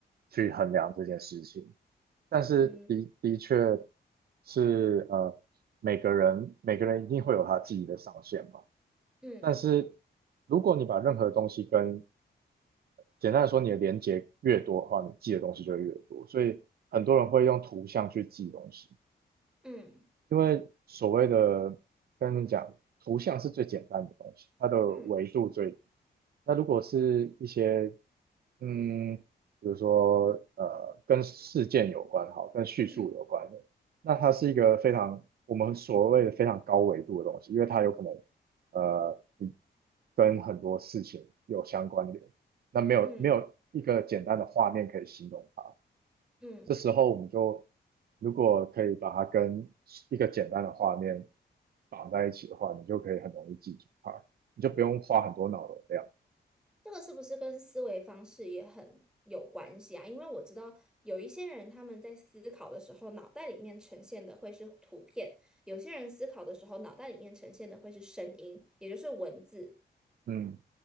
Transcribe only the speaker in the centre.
嗯
嗯
嗯
嗯
嗯
嗯
嗯。
这个是不是跟思维方式也很有关系啊？因为我知道有一些人他们在思考的时候，脑袋里面呈现的会是图片；有些人思考的时候，脑袋里面呈现的会是声音，也就是文字。